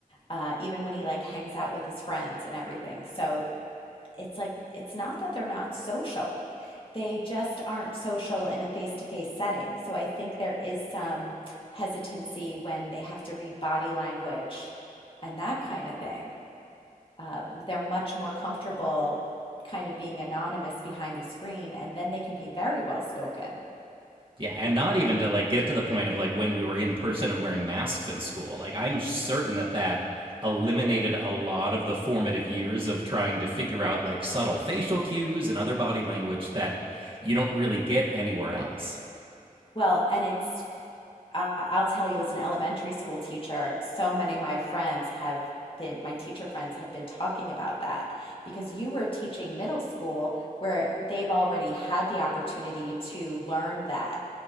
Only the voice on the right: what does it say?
Yeah, and not even to like get to the point of like when we were in person and wearing masks in school. Like I'm certain that that eliminated a lot of the formative years of trying to figure out like subtle facial cues and other body language that you don't really get anywhere else.